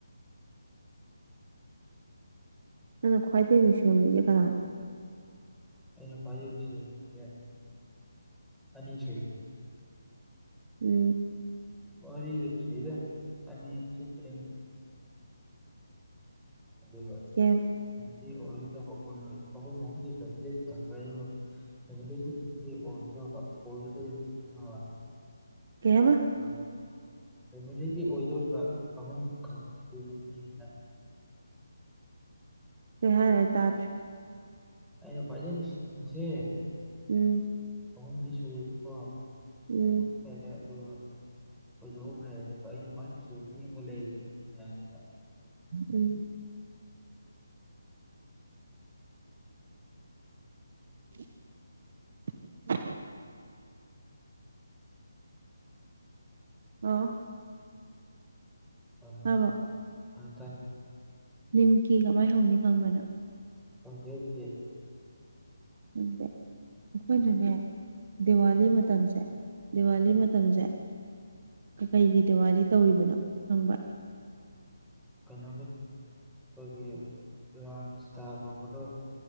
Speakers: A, on the right (about 45°); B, in the centre.
A: ꯅꯪꯅ ꯈ꯭ꯋꯥꯏꯗꯒꯤ ꯅꯨꯡꯁꯤꯟꯕꯤꯁꯦ ꯀꯅꯥꯅ
B: ꯑꯩꯅ ꯈ꯭ꯋꯥꯏꯖ ꯁꯕꯁꯦ ꯑꯅꯤ ꯁꯨꯏ
A: ꯎꯝ
B: ꯃꯔꯤꯗꯖꯔ ꯑꯅꯤꯗ ꯊꯪ ꯑꯗꯨ
A: ꯀꯦ
B: ꯃꯗꯤ ꯐ ꯊ ꯐꯦꯃꯤꯂꯤꯗꯤ ꯐꯦꯃꯤꯂꯤ ꯑꯣꯏꯗꯣꯏꯕ ꯑꯣꯏꯒꯗꯣꯏꯔꯤꯕ ꯑ
A: ꯀꯕ
B: ꯑꯗꯣ ꯐꯦꯃꯤꯂꯤꯒꯤ ꯑꯣꯏꯗꯣꯔꯤꯕ ꯑꯍꯨꯝ ꯈꯜ ꯄꯤꯔꯤ ꯃꯤꯁꯤꯅ
A: ꯀ ꯍꯥꯏꯔꯦ ꯇꯔ
B: ꯀꯥꯏꯩꯅ ꯐꯥꯏꯗꯦ ꯅꯨꯡ ꯁꯤꯁꯦ
A: ꯎꯝ
B: ꯀꯍꯨꯝꯗꯤꯁꯔꯕꯀꯣ
A: ꯎꯝ
B: ꯐꯔꯦ ꯑꯗꯨꯒ ꯀꯣꯏꯗꯣꯛ ꯂꯩꯔ ꯑꯩꯅ ꯈ꯭ꯋꯥꯏꯅꯁꯨ ꯌꯦꯡꯕ ꯂꯩꯔꯤꯕ ꯗꯨꯅꯤꯌꯥꯗꯨꯗ
A: ꯎꯝ <inaudible> ꯑꯣ
B: ꯑ
A: ꯇꯥꯕ꯭ꯔꯣ
B: ꯑ ꯇ
A: ꯅꯤꯝꯀꯤ ꯀꯃꯥꯏ ꯍꯧꯅꯤ ꯈꯪꯕꯗ
B: ꯊꯪꯒꯦꯗꯤ
A: ꯑꯩꯈꯣꯏꯅꯅꯦ ꯗꯤꯋꯥꯂꯤ ꯃꯇꯝꯁꯦ ꯗꯤꯋꯥꯂꯤ ꯃꯇꯝꯁꯦ ꯀꯩꯒꯤ ꯗꯤꯋꯥꯂꯤ ꯇꯧꯔꯤꯕꯅꯣ ꯈꯪꯕ
B: ꯀꯩꯅꯣꯒꯤ ꯑꯩꯈꯣꯏꯒꯤ ꯏꯔꯥꯡꯁꯤꯇꯥ ꯐꯕꯗꯣ